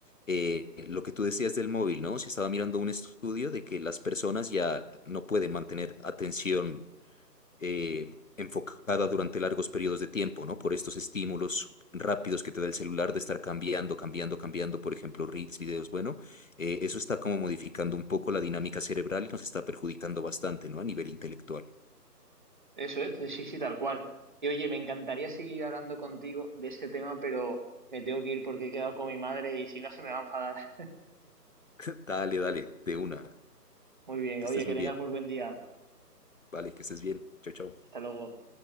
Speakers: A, on the left (about 50°); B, on the right (about 30°).
A: eh, lo que tú decías del móvil, ¿no? Se estaba mirando un estudio de que las personas ya no pueden mantener atención eh, enfocada durante largos periodos de tiempo, ¿no? Por estos estímulos rápidos que te da el celular de estar cambiando, cambiando, cambiando, por ejemplo, reels, videos, bueno, eh, eso está como modificando un poco la dinámica cerebral y nos está perjudicando bastante, ¿no? A nivel intelectual.
B: Eso es, sí, sí, tal cual. Y oye, me encantaría seguir hablando contigo de este tema, pero me tengo que ir porque he quedado con mi madre y si no se me va a enfadar. <laughs>
A: <laughs> Dale, dale, de una.
B: Muy bien,
A: Que
B: oye,
A: estés muy
B: que tengas
A: bien.
B: muy buen día.
A: Vale, que estés bien. Chao, chao.
B: Hasta luego.